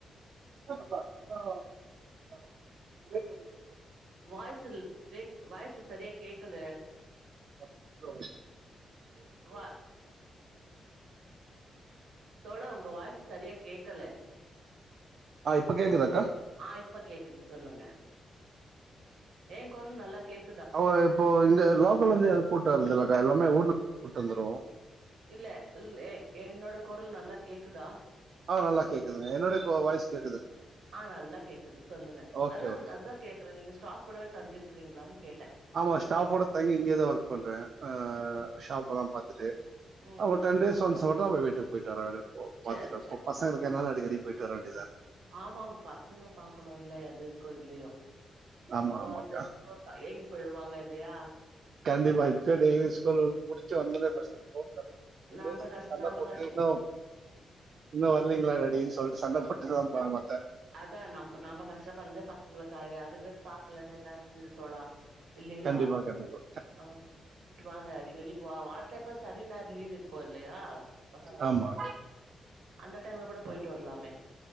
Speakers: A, on the right; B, on the right.
A: <unintelligible>
B: வாயிஸ்சில் பிரேக் வாய்ஸ் சரியா கேக்கல
A: அ இ
B: வா
A: <unintelligible>
B: தோழா உங்க வாயிஸ் சரியா கேக்கல
A: ஆ இப்ப கேக்குதா
B: ஆ இப்ப கேக்குது சொல்லுங்க ஏ கொரல் நல்லா கேக்
A: அவங்க இப்போ இங்க லோக்கல்ல இருந்து எது போட்டுதரத்துல்லகா எல்லாமே ஊர்ல போட்டு வந்துருவோ
B: இல்ல இல்லே என்னோட கொரல் நல்லா கேக்குதா
A: ஆ நல்லா கேக்குதுங்க என்னுடைய இப்ப வய்ஸ் கே
B: ஆ நல்லா கேக்குது சொல்லுங்க
A: ஓகே
B: அதுதா
A: ஓகே
B: அதுதா கேக்குறே நீங்க ஸ்டாப் கூடவே தங்கிருக்கிறங்களான் கேட்டே
A: ஆமா ஸ்டாஃபோட தங்கி இங்கேயேதா ஒர்க் பண்றே ஆ ஷாஃப் எல்லா பாத்துட்டு
B: ம்
A: அவ டென் டேஸ் ஒன்ஸ் தோ மட்டு வீட்டுக்கு போய்டாரா அவரு ஓ
B: சேரி
A: பாத்துட்டு பசங்க என்னன்ன டெலி போய்டு வரவேண்டியதா
B: ஆமாப் பசங்கள பாக்கணு இல்ல அது <unintelligible>
A: ஆமா
B: அப்ப
A: ஆமா
B: அந்த குழந்த ஏங்கிப் போயிடுவாங்க இல்லையா
A: கண்டிப்பா இப்பயே டெய்லி ஸ்கூல் முடிச்சு வந்தோனே ஃபர்ஸ்ட் போன் பாத்து
B: நாம்ப
A: பேஸ்ட்
B: கஷ்
A: சண்ட
B: நாம்ப
A: போட்டு
B: கஷ்
A: இன்னு இன்னு வரலீங்களா அப்படின்னு சொல்லிட்டு சண்ட போட்டுதாபாங்க
B: அதா நம் நம்ப கஷ்டப்படுறதே பசங்களுக்காக அதுங்க பாக்கலனு என்ன இருக்கு தோழா இல்லைங்களா
A: கண்டிபா கண்டிபா
B: ஆ விட்டு வாங்க அடிக்கடி இப்ப வாரத்துக் இப்ப சனி ஞாயிறு லீவ் இருக்கு இல்லையா பசங்களுக்கு
A: ஆமா
B: அந்த டைம்ல கூட போய்ட்டு வரலாமே